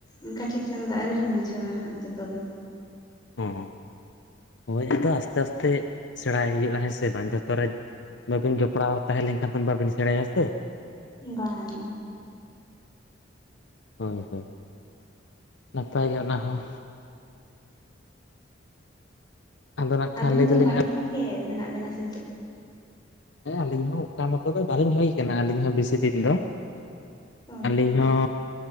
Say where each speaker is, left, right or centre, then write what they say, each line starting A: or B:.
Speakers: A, on the left; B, on the left.
A: ᱚᱱᱠᱟ ᱴᱷᱤᱠ ᱴᱷᱟᱠ ᱫᱚ ᱟᱹᱣᱨᱤ ᱞᱤᱧ ᱵᱩᱡᱷᱟᱹᱣᱟ ᱦᱟᱸᱜ ᱡᱚᱛᱚ ᱫᱚ <inaudible>
B: ᱦᱚᱸ ᱦᱳᱭ ᱟᱫᱚ ᱟᱥᱛᱮ ᱟᱥᱛᱮ ᱥᱮᱬᱟᱭ ᱦᱩᱭᱩᱜᱼᱟ ᱦᱮᱸ ᱥᱮ ᱵᱟᱝ ᱡᱚᱛᱚ ᱨᱮ ᱵᱟᱹᱵᱤᱱ ᱡᱚᱯᱲᱟᱣ ᱛᱟᱦᱮᱸ ᱞᱮᱱᱠᱷᱟᱱ ᱫᱚ ᱵᱟᱵᱮᱱ ᱥᱮᱬᱟᱭᱟ ᱥᱮ
A: ᱵᱟᱝ
B: ᱦᱳᱭ ᱦᱳᱭ ᱱᱟᱯᱟᱭ ᱜᱮ ᱚᱱᱟ ᱦᱚᱸ ᱟᱫᱚ ᱱᱟᱜ ᱠᱷᱟᱱ
A: ᱟᱵᱮᱱ
B: ᱞᱟᱹᱭ
A: ᱫᱚ
B: ᱫᱟᱞᱤᱧ
A: ᱢᱟᱲᱟᱝ
B: ᱦᱮᱸ
A: ᱠᱷᱚᱱ ᱜᱮ ᱢᱮᱱᱟᱜ ᱵᱮᱱᱟ ᱥᱮ ᱪᱮᱫ
B: ᱦᱮᱸ ᱟᱹᱞᱤᱧ ᱦᱚᱸ ᱚᱝᱠᱟ ᱢᱚᱛᱚ ᱫᱚ ᱵᱟᱹᱞᱤᱧ ᱦᱳᱭ ᱠᱟᱱᱟ ᱟᱹᱞᱤᱧ ᱦᱚᱸ ᱵᱮᱥᱤ ᱫᱤᱱ ᱫᱚ
A: ᱦᱳᱭ
B: ᱟᱹᱞᱤᱧ ᱦᱸ